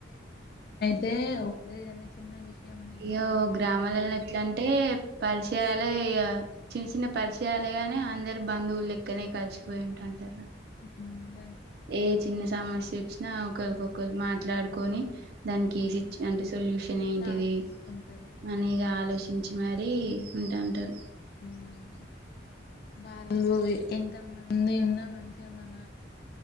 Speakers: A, on the left (about 50°); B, on the right (about 55°).
A: తె ఒక, ఏదన్నా చిన్న విషయం. ఇబ్బంది
B: యో,
A: అయినా
B: గ్రామాల్లల
A: కానీ బాధ
B: ఎట్లా అంటే? పరిచయాలే ఇగ. చిన్న చిన్న పరిచయలుగానే, అందరు బంధువులులేకనే కలిసిపోయి ఉంటుంటారు.
A: హ్మ్మ్.
B: ఏ చిన్న సమస్య వచ్చినా ఒకరికొకరు మాట్లాడుకొని, దానికి
A: కష్టం
B: సిచ్చు. అంటే సొల్. సొల్యూషన్ ఏంటిది?
A: సాల్వ్ చేసుకుంటారు
B: మనీ గా ఆలోచించి మరి ఉంటాంటారు.
A: హ్మ్మ్. వాళ్లు ఎంతమంది ఉన్నా, మంచిగా మన.